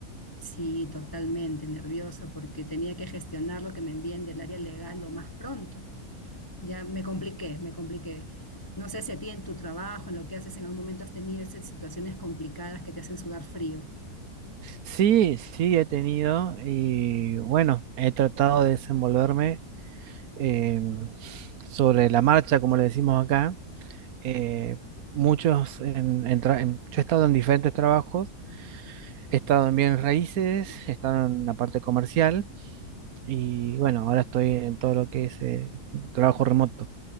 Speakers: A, on the left; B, on the right.
A: sí, totalmente nerviosa porque tenía que gestionar lo que me envíen del área legal lo más pronto. Ya me compliqué, me compliqué. No sé si a ti en tu trabajo, en lo que haces, en algún momento has tenido esas situaciones complicadas que te hacen sudar frío.
B: Sí, sí, he tenido y bueno, he tratado de desenvolverme eh, sobre la marcha, como le decimos acá. Eh, muchos, en, en tra- en- yo he estado en diferentes trabajos, he estado en bienes raíces, he estado en la parte comercial y bueno, ahora estoy en todo lo que es eh, trabajo remoto.